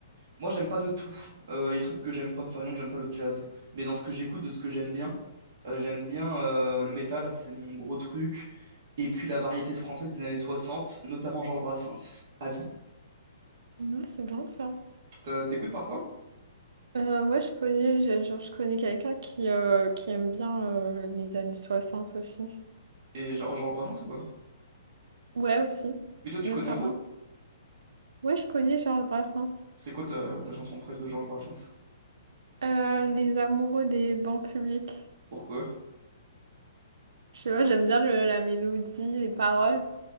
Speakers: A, on the right; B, on the right.
A: moi, j'aime pas de tout. Euh, Il y a des trucs que j'aime pas. Par exemple, j'aime pas le jazz. Mais dans ce que j'écoute, de ce que j'aime bien, euh, j'aime bien euh, le métal, c'est mon gros truc. Et puis la variété française des années soixante notamment Georges Brassens. Avis?
B: Ouais, c'est bien ça.
A: T'as- T'écoutes parfois?
B: Euh, ouais, je connais, j'ai- genre, je connais quelqu'un qui, euh, qui aime bien euh, les années 60 aussi.
A: Et Geor- Georges Brassens ou pas?
B: Ouais, aussi,
A: Mais toi, tu
B: notamment.
A: connais un peu?
B: Ouais, je connais Charles Brassens.
A: C'est quoi ta, ta chanson préf de Georges Brassens?
B: Euh, les amoureux des bancs publics.
A: Pourquoi?
B: Je sais pas, j'aime bien le- la mélodie, les paroles.